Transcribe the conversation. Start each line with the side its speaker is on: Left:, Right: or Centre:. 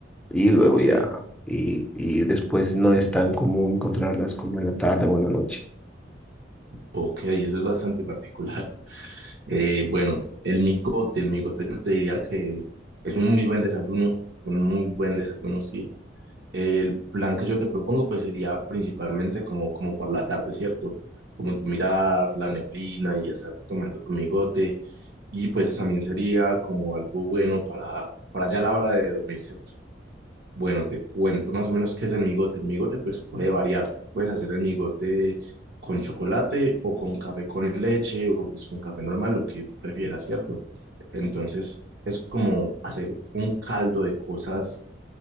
Centre: y luego
Right: Ok,
Centre: ya... Y, y después no es tan común encontrarlas como en la tarde o en la noche.
Right: ok, eso es bastante particular. <laughs> Eh, bueno, el migote, el migote yo te diría que es un muy buen desayuno, es un muy buen desayuno, sí. El plan que yo te propongo pues sería principalmente como, como por la tarde, ¿cierto? Como tú mirar la neblina y estar tomando tu migote y pues también sería como algo bueno para, para ya la hora de dormir, ¿cierto? Bueno, te cuento más o menos qué es el migote. El migote pues puede variar. Puedes hacer el migote con chocolate o con café con leche o pues con café normal, lo que tú prefieras, ¿cierto? Entonces es como hacer un caldo de cosas